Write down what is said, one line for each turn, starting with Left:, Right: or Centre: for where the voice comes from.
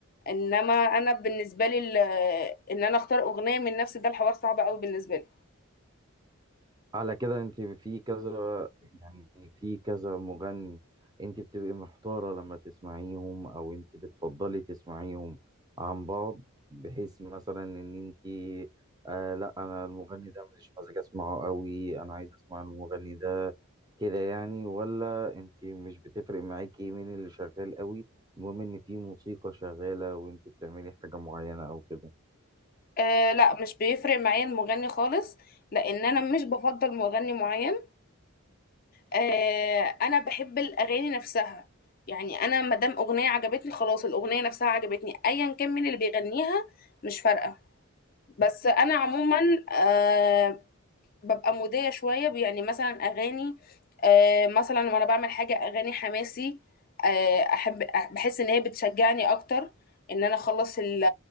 Left: انما انا بالنسبه لي ال- ان انا اختار اغنيه من نفسي ده الحوار صعب قوي بالنسبه لي
Right: على كده انت في كذا يعني في كذا مغني انت بتبقي محتارة لما تسمعيهم او انت بتفضلي تسمعيهم عن بعض بحيث مثلا ان انت آه لا انا المغني ده ماليش مزاج اسمعه قوي انا عايز اسمع المغني ده كده يعني ولا انت مش بتفرق معاكي مين اللي شغال قوي المهم ان في موسيقى شغالة وانت بتعملي حاجة معينة او كده
Left: آه لا مش بيفرق معايا المغني خالص لان انا مش بفضل مغني معين آه انا بحب الاغاني نفسها يعني انا ما دام اغنيه عجبتني خلاص الاغنيه نفسها عجبتني ايا كان مين اللي بيغنيها مش فارقه بس انا عموما آه، ببقى مودية شوية يعني مثلا أغاني آه، مثلا وأنا بعمل حاجة أغاني حماسي آه، أحب أح- بحس إن هي بتشجعني أكتر إن أنا أخلص ال-